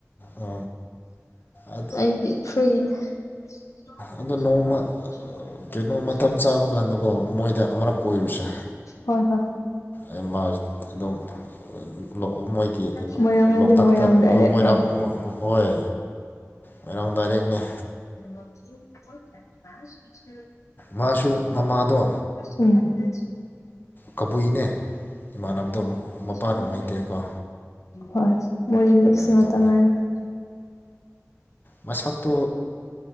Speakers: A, on the left; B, on the left.
A: ꯑ, ꯑꯗꯣ
B: ꯑꯩꯗꯤ ꯐ꯭ꯔꯤꯅꯦ <unintelligible>
A: ꯑꯗꯣ ꯅꯣꯡꯃ ꯀꯩꯅꯣ ꯃꯇꯝ ꯆꯥꯕ ꯀꯥꯟꯗꯀꯣ ꯃꯣꯏꯗ ꯑꯃꯔꯛ ꯀꯣꯏꯔꯨꯁꯦ
B: ꯍꯣꯏ ꯍꯣꯏ
A: ꯑꯦ ꯃꯥ ꯑꯗꯨꯝ ꯂꯣ- ꯃꯣꯏꯒꯤ
B: ꯃꯣꯏꯔꯥꯡ ꯍꯥꯏꯗꯤ
A: ꯂꯣꯛꯇꯥꯛꯇ
B: ꯃꯣꯏꯔꯥꯡ ꯗꯥꯏꯔꯦꯛ꯭ꯔꯣ
A: ꯑ, ꯃꯣꯏꯔꯥꯡ ꯍꯣꯏ ꯃꯣꯏꯔꯥꯡ ꯗꯥꯏꯔꯦꯛꯅꯦ
B: <unintelligible>
A: ꯃꯥꯁꯨ ꯃꯃꯥꯗꯣ
B: ꯎꯝ
A: ꯀꯕꯨꯏꯅꯦ ꯏꯃꯥꯟꯅꯕꯗꯣ ꯃꯄꯥꯅ
B: ꯍꯣꯏ
A: ꯃꯩꯇꯩꯀꯣ
B: ꯍꯣꯏ ꯃꯣꯔ ꯃꯤꯛꯁ
A: ꯑꯗꯣ
B: ꯉ ꯇꯉꯥꯏꯦ
A: ꯃꯁꯛꯇꯣ